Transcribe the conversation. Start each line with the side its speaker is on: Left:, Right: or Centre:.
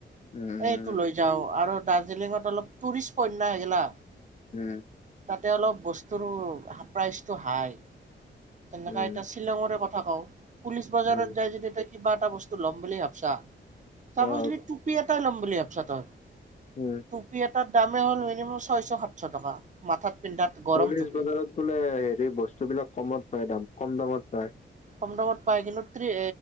Left: উম
Right: এইটো
Left: উম
Right: লৈ যাও আৰু দাৰ্জিলিঙত অলপ টুৰিষ্ট উপন্যা হৈগিলা
Left: উম
Right: তাতে অলপ বস্তুৰ প্ৰাইচটো হাই তেনেককা
Left: উম,
Right: এতিয়া শ্বিলঙৰে কথা কওঁ পুলিচ বজাৰত
Left: উম,
Right: যায় জদি তায় কিবা এটা বস্তু ল'ম বুলি ভাবছা চাপছলিটুপি
Left: অ',
Right: কেইটা ল'ম বুলি ভাবিছ তই‌?
Left: উম।
Right: টুপি‌ যাত তাত দামেই হ'ল মিনিমাম ছয়শ সাতশ টকা মাথাত পিন্ধাত গৰম
Left: পুলিচ
Right: টুপি
Left: বজাৰত বোলে হেৰি বস্তুবিলাক কমত হয় দাম কম দামত পায়
Right: কম দামত পায়। কিন্তু ত্ৰে